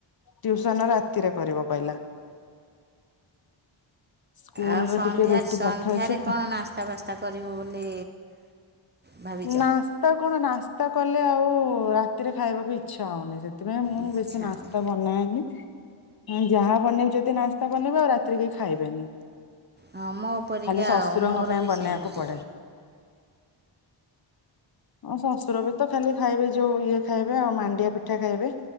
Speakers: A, on the left; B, on the right.
A: ଟିଉସନ୍ ରାତିରେ କରିବ କହିଲା। ସ୍କୁଲ
B: ଓହ
A: ର
B: ସନ୍ଧ୍ୟା
A: ଟିକେ ବେଶୀ
B: ସନ୍ଧ୍ୟାରେ
A: ପାଠ ଅଛି ତ
B: କଣ ନାସ୍ତା ବାସ୍ତା ତା କରିବ ବୋଲି ଭାବିଛ
A: ନାସ୍ତା କଣ ନାସ୍ତା କଲେ ଆଉ ରାତିରେ ଖାଇବାକୁ ଇଚ୍ ଛା ହଉନି ସେଥିପାଇଁ ମୁଁ
B: ଇଚ୍ଛା
A: ବେଶୀ ନାସ୍ତା
B: ହେଉନି
A: ବନାଏନି ଯାହା ବନେଇବି ଯଦି ନାସ୍ତା ବନେଇବି ଆଉ ରାତିରେ କେହି ଖାଇବେନି।
B: ହଁ ମୋ ପରିକା
A: ଖାଲି ଶଶୁରଙ୍କ
B: ଆଉ ମୋର
A: ପାଇଁ
B: ବି
A: ବନେଇବାକୁ
B: ସେମିତି
A: ପଡେ। ହଁ ଶ୍ୱଶୁର ବି ତ ଖାଲି ଖାଇବେ ଯୋଉ ଇଏ ଖାଇବେ ଆଉ ମାଣ୍ଡିଆ ପିଠା ଖାଇବେ